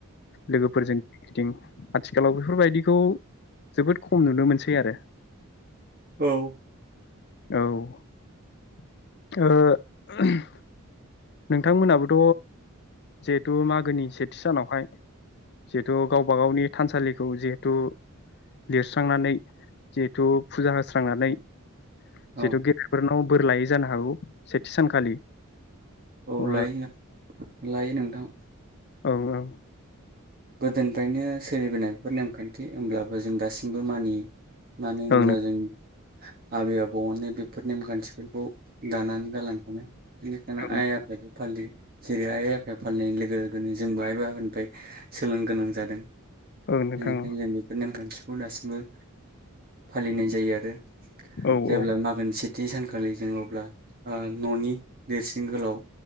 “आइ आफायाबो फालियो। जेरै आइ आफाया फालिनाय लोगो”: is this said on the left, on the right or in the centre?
Right